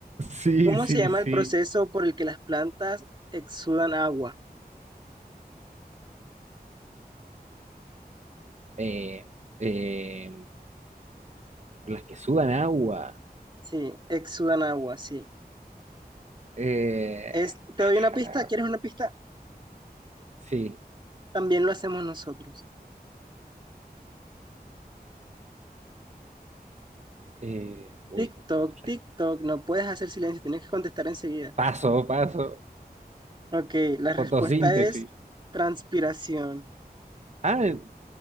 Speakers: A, on the right; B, on the right.
A: Sí,
B: ¿Cómo
A: sí,
B: se llama
A: sí.
B: el proceso por el que las plantas exudan agua?
A: Eh, eh, las que sudan agua.
B: Sí, exudan agua, sí.
A: Eh,
B: Es, te doy una pista,
A: ah,
B: ¿quieres una pista?
A: sí.
B: También lo hacemos nosotros.
A: Eh, uy,
B: TikTok,
A: no, me mataste.
B: TikTok, no puedes hacer silencio, tienes que contestar enseguida.
A: Paso, paso.
B: Ok, la respuesta
A: Fotosíntesis.
B: es transpiración.
A: Ah, eh,